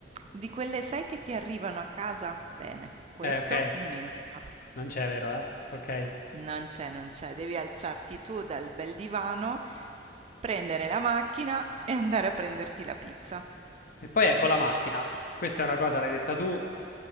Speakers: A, on the right; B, on the left.
A: di quelle, sai, che ti arrivano a casa? Bene, questo
B: ok,
A: dimentica.
B: non c'è, vero, eh? Ok. E
A: Non c'è, non c'è. Devi alzarti tu dal bel divano, prendere la macchina e andare a prenderti la pizza,
B: poi ecco la macchina. Questa è una cosa, l'hai detta tu.